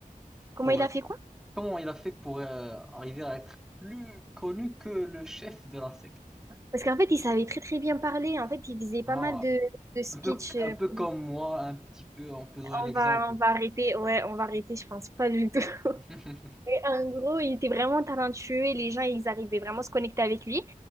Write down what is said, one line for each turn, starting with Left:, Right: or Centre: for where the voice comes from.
Right: Comment
Centre: pour
Right: il a
Centre: être,
Right: fait quoi?
Centre: comment il a fait pour euh, arriver à être plus connu que le chef de la secte?
Right: Parce qu'en fait, il savait très très bien parler. En fait, il faisait pas
Centre: Ah,
Right: mal de, de speeches
Centre: un peu,
Right: euh,
Centre: un peu comme
Right: polit-
Centre: moi, un petit peu, on peut donner l'exemple.
Right: On va, on va arrêter. Ouais, on va arrêter, je pense pas du tout. <laughs>
Centre: <laughs>
Right: Et en gros, il était vraiment talentueux et les gens, ils arrivaient vraiment à se connecter avec lui.